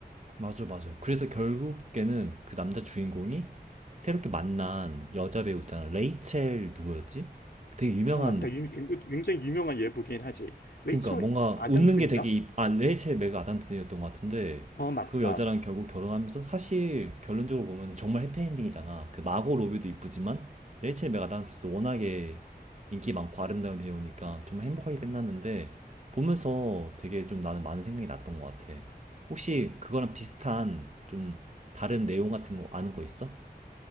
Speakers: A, on the right (about 45°); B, on the left (about 75°).
A: 맞아, 맞아. 그래서 결국에는 그 남자 주인공이 새롭게 만난 여자 배우 있잖아. 레이첼 누구였지? 되게 유명한
B: 아, 맞다. 유- 굉장히 유명한 예부긴 하지. 레이첼
A: 그러니까 뭔가
B: 아담스인가?
A: 웃는 게 되게 입- 아 레이첼 맥 아담스였던 것 같은데
B: 어, 맞다.
A: 그 여자랑 결국 결혼하면서 사실 결론적으로 보면 정말 해피엔딩이잖아. 그 마고 로비도 이쁘지만 레이첼 맥 아담스도 워낙에 인기 많고 아름다운 배우니까 정말 행복하게 끝났는데 보면서 되게 좀 나는 많은 생각이 났던 것 같아. 혹시 그거랑 비슷한 좀 다른 내용 같은 거 아는 거 있어?